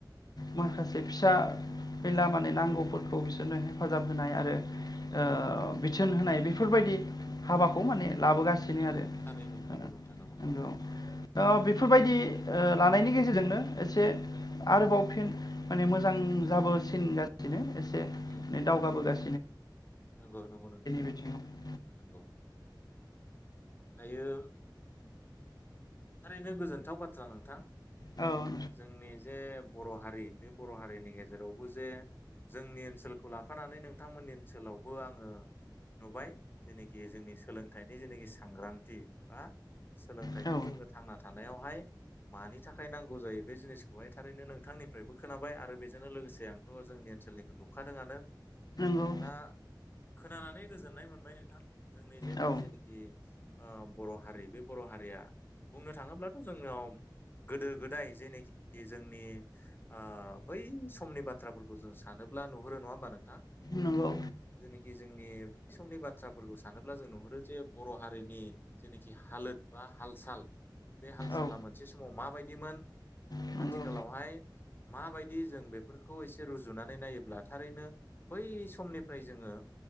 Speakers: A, on the left; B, on the left.
A: माखासे फिसा फेनला माने नांगौफोरखौ बिसोरनो हेफाजाब होनाय आरो ओ बिथोन होनाय बेफोरबायदि हाबाखौ माने लाबोगासि सिनो आरो ओ
B: थारैनो नंगौ नोंथां
A: नंगौ अ बेफोरबायदि ओ लानायनि गेजेरजोंनो एसे आरोबाव फिन माने मोजां जाबोसिनगासिनो एसे
B: उम
A: दावगाबोगासि
B: नंगौ नंगौ नोंथां नंगौ
A: बिथिङाव
B: नंगौ दायो थारैनो गोजोनथाव बाथ्रा नोंथां
A: औ
B: जोंनि जे बर' हारि बे बर' हारिनि गेजेरावबो जे जोंनि ओनसोलखौ लाफानानै नोंथांमोननि ओनसोलावबो आङो नुबाय जेनाखि जोंनि सोलोंथाइनि जेनाखि सांग्रांथि बा
A: नोंथां
B: बेखौ
A: औ
B: जोंनो थांना थानायावहाय मानि थाखाय नांगौ जायो बे जिनिसखौहाय थारैनो नोंथांनिफ्रायबो खोनाबाय आरो बेजोंनो लोगोसे आंथ' जोंनि ओनसोलनिखौ नुखादोंआनो
A: नंगौ
B: दा खोनानानै गोजोननाय मोनबाय नोंथां। जोंनि जे
A: औ
B: जेनिखि ओ बर' हारि बे बर' हारिया बुंनो थाङोब्लाथ' जोंनियाव गोदो गोदाय जायनाखि जोंनि ओ बै समनि बाथ्राफोरखौ जों सानो ब्ला नुहुरो नङा होमबा नोंथां
A: नंगौ
B: जेनिखि जोंनि बै समनि बाथ्राफोरखौ सानोब्ला जों नुहुरो जे बर' हारिनि जेनिखि हालोद बा हालसाल बे हालसाला
A: औ
B: मोनसे समाव माबायदिमोन
A: नंगौ
B: आथिखालावहाय माबायदि जों बेफोरखौ एसे रुजुनानै नायोब्ला थारैनो बै समनिफ्राय जोङो